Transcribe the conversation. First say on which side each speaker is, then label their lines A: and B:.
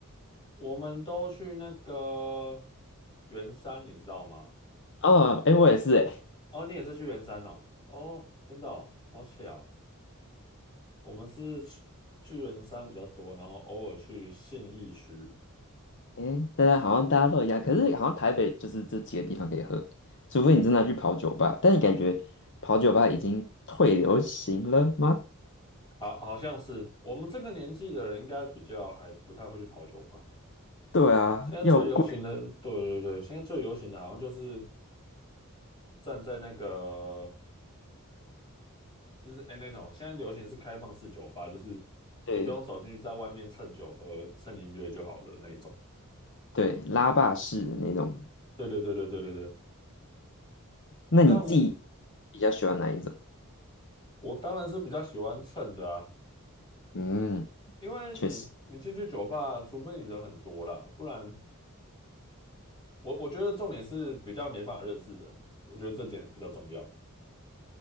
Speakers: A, on the left; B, on the left.
A: 我们都去那个圆山，你知道吗？
B: 哦，哎、我也是哎、
A: 哦，你也是去圆山哦？哦，真的哦，好巧。我们是去去圆山比较多，然后偶尔去信义区。
B: 诶哎、大家好像大家都一样，可是好像台北就是这几个地方可以喝，除非你真的去跑酒吧，但你感觉跑酒吧已经退流行了吗？
A: 好，好像是我们这个年纪的人，应该比较还不太会去跑酒吧。
B: 对啊，
A: 现在最流行的，
B: 又贵，
A: 对对对，现在最流行的好像就是站在那个，就是哎、那种，现在流行是开放式酒吧，就是你不用走进去，
B: 对
A: 在外面蹭酒喝、蹭音乐就好了那一种。
B: 对，拉霸式的那种。
A: 对对对对对对对。
B: 那你自己比较喜欢哪一种？
A: 但我当然是比较喜欢蹭的啊，
B: 嗯，
A: 因为你你进去酒吧，
B: 确实，
A: 除非你人很多啦，不然我我觉得重点是比较没办法认识人，我觉得这点比较重要。